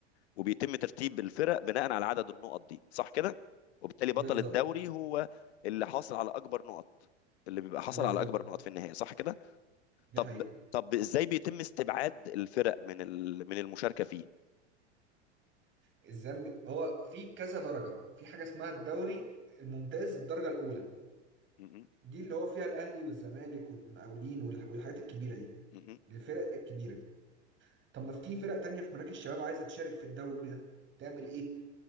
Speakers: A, on the left; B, on the right.
A: وبيتم ترتيب الفرق بناء على عدد النقط دي صح كده؟ وبالتالي بطل
B: بالظبط
A: الدوري هو اللي حاصل على أكبر نقط اللي بيبقى حاصل
B: بالظبط
A: على أكبر نقط في النهاية صح كده؟
B: دي
A: طب
B: حقيقة
A: طب ازاي بيتم استبعاد الفرق من ال- من المشاركه فيه
B: الذنب هو في كذا درجة في حاجة اسمها الدوري الممتاز الدرجة الأولى
A: م-
B: دي اللي هو فيها الأهلي والزمالك والمقاولين والح- والحاجات الكبيرة دي
A: م-
B: الفرق الكبيرة طب ما في فرق تانية في مراكز الشباب عايزة تشارك في الدوري ده تعمل
A: م-
B: إيه؟